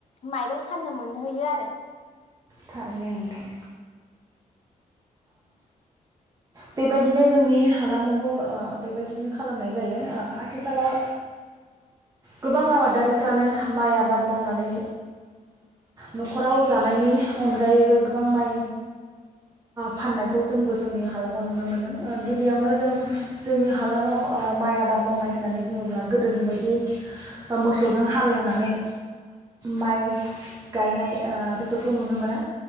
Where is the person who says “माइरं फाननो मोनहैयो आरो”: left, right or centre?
Left